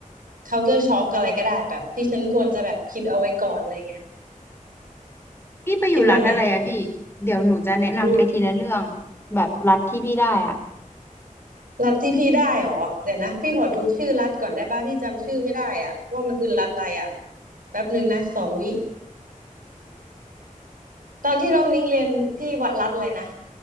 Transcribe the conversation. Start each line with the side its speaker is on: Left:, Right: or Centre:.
Right: culture shock อะไรก็ได้แบบที่ฉันควรจะแบบคิดเอาไว้ก่อนอะไรเงี้ย
Left: พี่ไปอยู่รัฐอะไรอะพี่เดี๋ยวหนูจะแนะนำไปทีละเรื่อง
Right: คิดว่าไงอืม
Left: แบบรัฐที่พี่ได้อะ
Right: รัฐที่พี่ได้เหรอเดี๋ยวนะพี่ขอดูชื่อรัฐก่อนได้ป่ะพี่จำชื่อไม่ได้อ่ะว่ามันคือรัฐอะไรอ่ะแป๊บหนึ่งนะสองวิ ตอนที่น้องนิ้งเรียนที่วัดรัฐอะไรนะ